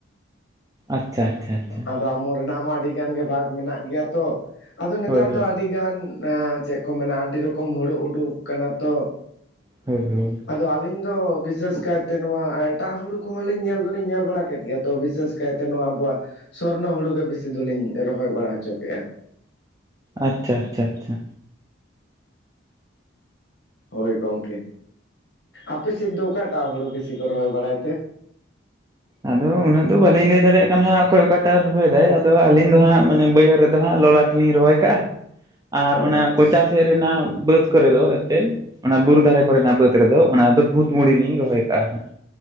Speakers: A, on the right; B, on the left.
A: ᱟᱪᱪᱷᱟ ᱟᱪᱪᱷᱟ ᱟᱪᱪᱷᱟ
B: ᱟᱫᱚ ᱟᱢᱚ ᱨᱮᱱᱟᱜ ᱦᱚᱸ ᱟᱹᱰᱤ ᱜᱟᱱ ᱜᱮ ᱵᱷᱟᱜᱽ ᱢᱮᱱᱟᱜ ᱜᱮᱭᱟ ᱛᱚ ᱟᱫᱚ ᱱᱮᱛᱟᱨ
A: ᱦᱳᱭ
B: ᱫᱚ
A: ᱦᱳᱭ
B: ᱟᱹᱰᱤ ᱟᱹᱰᱤ ᱜᱟᱱ ᱪᱮᱫ ᱠᱚ ᱢᱮᱱᱟ ᱟᱹᱰᱤ ᱨᱚᱠᱚᱢ ᱦᱩᱲᱩ ᱩᱰᱩᱠ ᱟᱠᱟᱱᱟ ᱛᱚ᱾
A: <unintelligible>
B: ᱟᱫᱚ ᱟᱹᱞᱤᱧ ᱫᱚ ᱵᱤᱥᱮᱥ ᱠᱟᱭᱛᱮ ᱱᱚᱣᱟ ᱮᱴᱟᱜ ᱦᱩᱲᱩ ᱠᱚᱦᱚᱸᱤᱧ ᱧᱮᱞ ᱫᱚᱞᱤᱧ ᱧᱮᱞ ᱵᱟᱲᱟ ᱠᱮᱫ ᱜᱮᱭᱟ ᱛᱚ ᱵᱤᱥᱮᱥ ᱠᱟᱭᱛᱮ ᱱᱚᱣᱟ ᱟᱵᱚᱣᱟᱜ ᱥᱚᱨᱱᱚ ᱦᱩᱲᱩ ᱜᱮ ᱵᱮᱥᱤ ᱫᱚᱞᱤᱧ ᱨᱚᱦᱚᱭ ᱵᱟᱲᱟ ᱦᱚᱪᱚ ᱠᱮᱜᱼᱟ᱾
A: ᱟᱪᱪᱷᱟ ᱟᱪᱪᱷᱟ ᱟᱪᱷᱟ
B: ᱦᱳᱭ ᱜᱚᱝᱠᱮ᱾ ᱟᱯᱮ ᱥᱮᱫ ᱫᱚ ᱚᱠᱟᱴᱟᱜ ᱦᱩᱲᱩ ᱵᱮᱥᱤ ᱠᱚ ᱨᱚᱦᱚᱭ ᱵᱟᱲᱟᱭ ᱛᱮ?
A: ᱟᱫᱚ ᱩᱱᱟᱹᱜ ᱫᱚ ᱵᱟᱟᱹᱞᱤᱧ ᱞᱟᱹᱭ ᱫᱟᱲᱮᱭᱟᱜ ᱠᱟᱱᱟ ᱦᱟᱸᱜ ᱚᱠᱚᱭ ᱚᱠᱟᱴᱟᱜ ᱨᱚᱦᱚᱭᱮᱫᱟᱭ ᱟᱫᱚ ᱟᱹᱞᱤᱧ ᱫᱚ ᱦᱟᱸᱜ ᱢᱟᱱᱮ ᱵᱟᱹᱭᱦᱟᱹᱲ ᱨᱮᱫᱚ ᱦᱟᱸᱜ ᱞᱚᱞᱟᱴ ᱫᱚᱞᱤᱧ ᱨᱚᱦᱚᱭ ᱠᱟᱜᱼᱟ᱾
B: <inaudible>
A: ᱟᱨ ᱚᱱᱟ
B: ᱟᱪᱪᱷᱟ
A: ᱠᱚᱪᱟ ᱥᱮᱫ ᱨᱮᱱᱟᱜ ᱵᱟᱹᱫᱽ ᱠᱚᱨᱮ ᱫᱚ ᱮᱠᱮᱱ ᱚᱱᱟ ᱵᱩᱨᱩ ᱫᱟᱨᱮ ᱠᱚᱨᱮᱱᱟᱜ ᱵᱟᱹᱫᱽ ᱨᱮᱫᱚ ᱚᱱᱟᱫᱚ ᱵᱷᱩᱛ ᱢᱩᱰᱤ ᱞᱤᱧ ᱨᱚᱦᱚᱭ ᱠᱟᱜᱼᱟ ᱱᱟᱦᱟᱸᱜ᱾